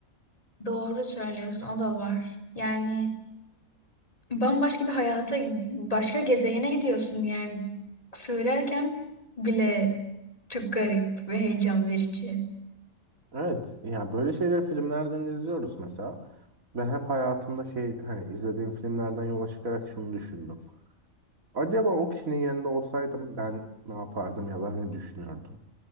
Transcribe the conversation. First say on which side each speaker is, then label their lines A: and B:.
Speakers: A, on the left; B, on the right.
A: Doğru söylüyorsun o da var. Yani bambaşka bir hayata başka gezegene gidiyorsun yani. Söylerken bile çok garip ve heyecan verici.
B: Evet, ya böyle şeyleri filmlerden izliyoruz mesela. Ben hep hayatımda şey hani izlediğim filmlerden yola çıkarak şunu düşündüm. Acaba o kişinin yerinde olsaydım ben ne yapardım ya da ne düşünürdüm?